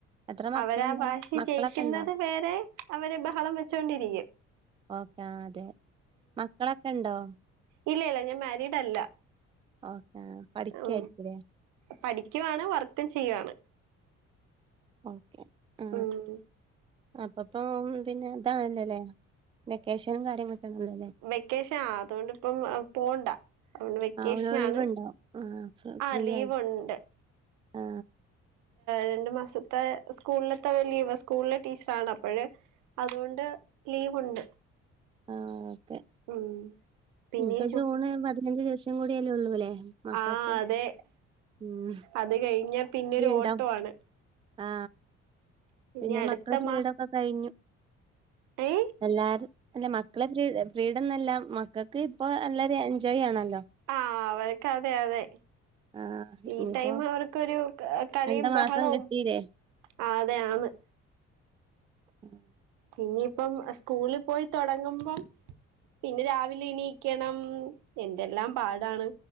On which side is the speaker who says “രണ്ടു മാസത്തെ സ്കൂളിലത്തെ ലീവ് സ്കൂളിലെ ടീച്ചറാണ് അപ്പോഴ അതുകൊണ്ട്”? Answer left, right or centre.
Right